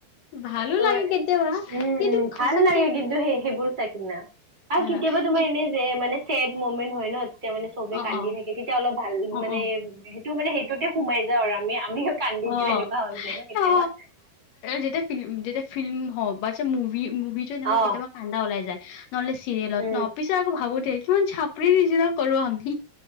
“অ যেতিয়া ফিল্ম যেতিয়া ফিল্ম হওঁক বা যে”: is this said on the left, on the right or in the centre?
Left